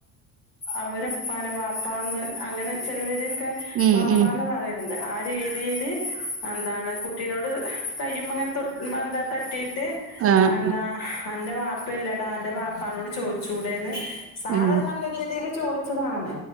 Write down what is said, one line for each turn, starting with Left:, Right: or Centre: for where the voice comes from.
Left: അവരെപ്പാനെ വാപ്പാന്ന് അങ്ങനെ ചെലവരൊക്കെ
Right: ഉം ഉം
Left: വാപ്പാന്ന്
Right: ഉം
Left: പറയ ണ്ട് ആ രീതില് എന്താണ് കുട്ടിനോട് കയ്യുമങ്ങൻ തൊട്ട് മെന്ത തട്ടിട്ട്
Right: ആഹ്
Left: എന്താ അന്റെ വാപ്പല്ലടാ അന്റെ വാപ്പാനോട് ചോയ്ച്ചൂടെന്ന് സാറ്
Right: ഉം
Left: നല്ല രീതില് ചോയ് ച്ചതാണ്